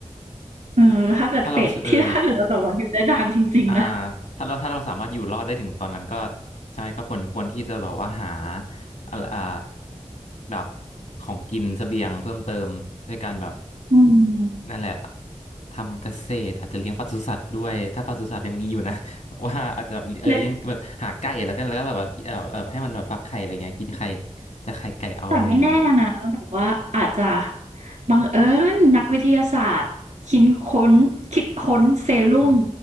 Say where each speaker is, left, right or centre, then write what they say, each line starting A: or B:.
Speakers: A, on the right; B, on the left.
A: เออถ้าเกิดเฟสที่
B: ถ้าเราเออ
A: <laughs> ถ้าเกิดเราสามารถอยู่ได้นานจริงๆนะ
B: อ่าถ้าเราถ้าเราสามารถอยู่รอดได้ถึงตอนนั้นก็ใช่ก็ควรควรที่จะแบบว่าหาอ่าอ่าแบบของกินเสบียงเพิ่มเติมด้วยการแบบ
A: อืม
B: นั่นแหละทำเกษตรอาจจะเลี้ยงปศุสัตว์ด้วยถ้าปศุสัตว์ยังมีอยู่นะ <laughs> ว่าอาจจะแบบเออเลี้ยงแบบหาไก่แล้วกันแล้วก็แบบว่าเออเออให้มันแบบฟักไข่อะไรเงี้ยกินไข่
A: เนี่ย
B: จะไข่ไก่เอาอะไรอย่างงี้
A: แต่ไม่แน่นะแบบว่าอาจจะบังเอิญนักวิทยาศาสตร์คิ้นค้นคิดค้นเซรุ่ม
B: ครับ